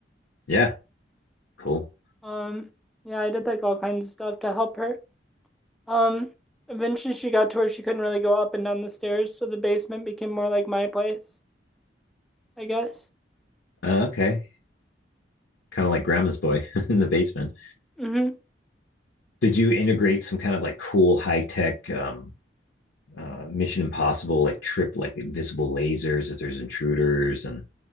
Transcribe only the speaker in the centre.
Um, yeah, I did like all kinds of stuff to help her. Um, eventually she got to where she couldn't really go up and down the stairs, so the basement became more like my place, I guess.
hmm